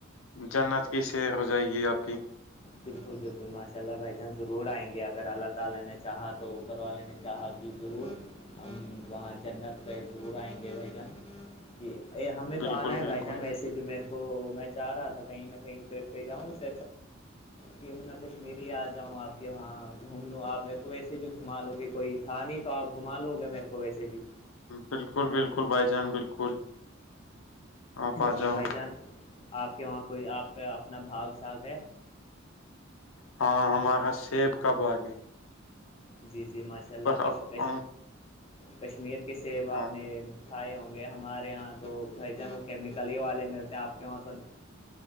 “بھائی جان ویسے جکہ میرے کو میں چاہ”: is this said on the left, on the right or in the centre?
Left